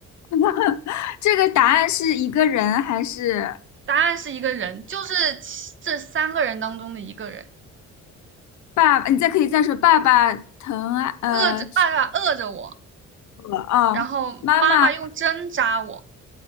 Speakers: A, on the left (about 70°); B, on the right (about 40°).
A: <laughs> 这个答案是一个人还是
B: 答案是一个人，就是其这三个人当中的一个人。
A: 爸爸？你再可以再说爸爸疼爱呃
B: 饿着爸爸饿着我，
A: 我哦，
B: 然后妈妈用针扎我，
A: 妈妈